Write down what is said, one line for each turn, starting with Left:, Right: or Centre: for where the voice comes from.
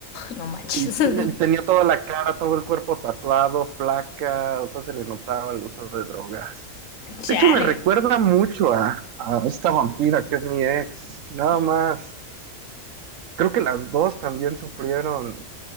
Left: No manches.
Right: Y tiene-
Left: <laughs>
Right: tenía toda la cara, todo el cuerpo tatuado, flaca, o sea, se le notaba el uso de drogas.
Left: Chale.
Right: De hecho, me recuerda mucho a, a esta vampira que es mi ex, nada
Left: Mm,
Right: más. Creo que las dos también sufrieron,